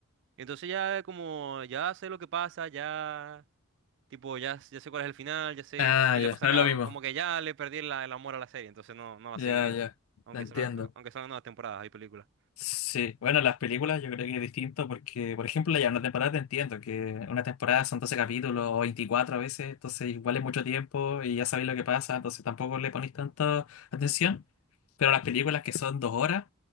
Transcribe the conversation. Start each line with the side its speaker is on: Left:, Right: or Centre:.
Right: Entonces ya como, ya sé lo que pasa, ya, tipo, ya, ya sé cuál es el final, ya sé
Left: Ah,
Right: qué
Left: ya,
Right: le pasa
Left: no
Right: a cada,
Left: es lo mismo.
Right: como que ya le perdí la- el amor a la serie, entonces no, no va
Left: Ya,
Right: a seguir viendo.
Left: ya,
Right: Aunque
Left: te entiendo.
Right: salgan, aunque salgan nuevas temporadas, hay películas.
Left: Sí, bueno, las películas yo creo que es distinto porque, por ejemplo, ya una temporada te entiendo, que una temporada son 12 capítulos o 24 a veces, entonces igual es mucho tiempo y ya sabéis lo que pasa, entonces tampoco le ponéis tanta atención. Pero las películas que son dos horas,